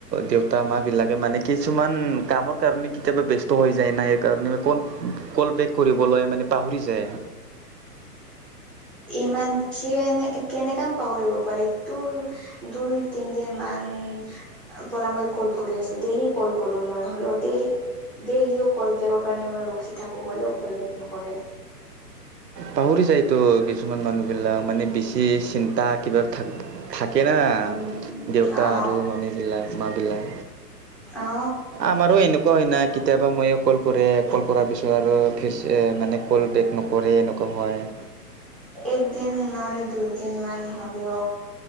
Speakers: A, on the right; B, in the centre.
A: দেউতাঁ মাঁ বিলাকে, মানে কিছুমান কামৰ কাৰণে কেতিয়াবা ব্যস্ত হৈ যায় না! সেই কাৰণে কল বেক কৰিবলৈ মানে পাহৰি যায়।
B: ইমান কেনে কেনেকা পাহৰিব পাৰে ত দুই, তিনদিন মান উম পৰা মই কল কৰি আছো। দেৰি কল কৰো মই হ'লেও দেৰি, ডেইলিও কল বেগৰ কাৰণে মই ৰখি থাকো। হলেওঁ, কল বেগ নকৰে।
A: পাহৰি যায়তো কিছুমান মানুহ বিলাক। মানে বেছি চিন্তা কিবা থাক, থাকে ন
B: উম
A: দেউতাঁ
B: অ
A: আৰু মামী বিলাক মা বিলাক
B: অ
A: আমাৰো এনেকুৱা হয় নাই কেতিয়াবা ময়ো কল কৰে। কল কৰাৰ পিছত আৰু ফ মানে কল বেক নকৰে,, হয়ৱ
B: একদিন নহলে দুই, দিন মান হ'লেওঁ